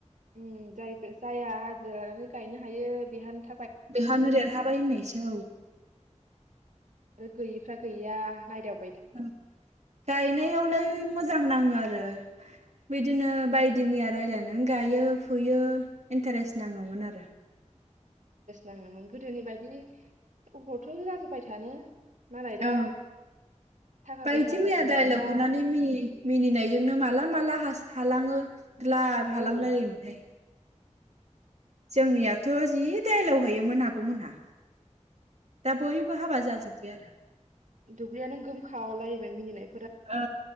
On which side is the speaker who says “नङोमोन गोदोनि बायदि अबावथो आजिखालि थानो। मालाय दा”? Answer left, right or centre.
Right